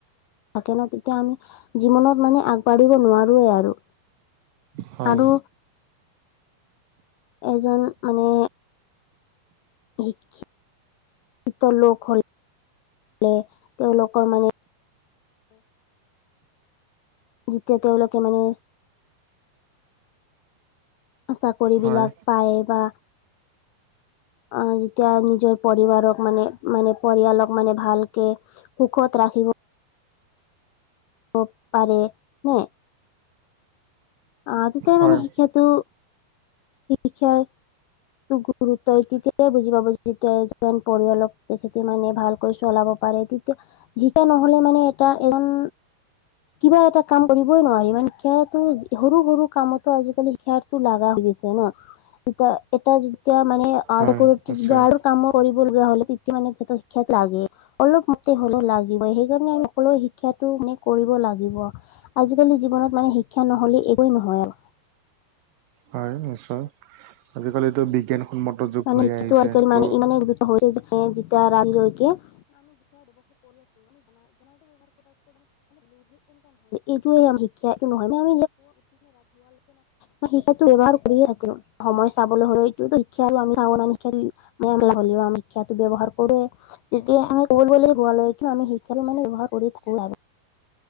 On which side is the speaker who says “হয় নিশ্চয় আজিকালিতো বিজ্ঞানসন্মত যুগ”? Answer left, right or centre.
Right